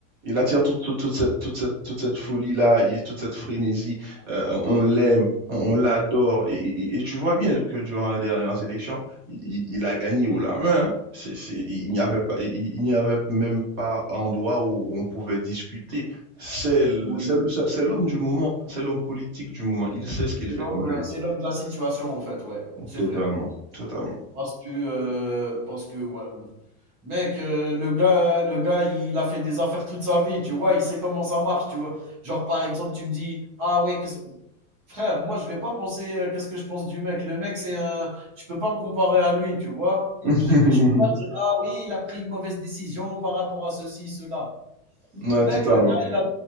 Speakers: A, on the right; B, on the right.
A: Il attire toute, toute, toute cette, toute cette, toute cette folie-là, il- toute cette frénésie. Euh, on l'aime, on, on l'adore. Et, et- et tu vois bien que durant la dernière élection, il, il a gagné haut la main. hein. C'est- c'est- il n'y avait pas, il, il n'y avait même pas endroit où on pouvait discuter. C'est l-
B: oui,
A: c'est l- c'est- c'est l'homme du moment, c'est l'homme politique du moment. Il sait ce qu'il
B: c'est
A: fait,
B: l'homme,
A: comme
B: euh,
A: je l'ai
B: c'est
A: dit.
B: l'homme de la situation, en fait, ouais. C'est
A: Totalement,
B: vrai.
A: totalement.
B: Parce que, heu, parce que ouais, mec, heu, le gars le gars, il a fait des affaires toute sa vie, tu vois? Il sait comment ça marche, tu vois? Genre, par exemple, tu me dis: «Ah ouais, qu'est-ce» frère, moi, je vais pas penser, heu, qu'est-ce que je pense du mec? Le mec, c'est un je peux pas me comparer à lui, tu vois?
A: <laughs>
B: Je je peux pas dire: «Ah oui, il a pris une mauvaise décision par rapport à ceci, cela».
A: Ouais,
B: Mec,
A: totalement,
B: le gars, il a